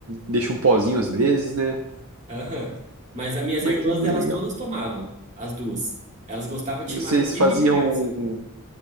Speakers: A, on the right; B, on the right.
A: deixa um pozinho às vezes, né?
B: Aham. Mas as minhas
A: Mas
B: irmãs,
A: que legal.
B: elas todas tomavam, as duas. Elas gostavam de
A: E
B: chimarrão
A: vocês
B: desde
A: faziam,
B: criança.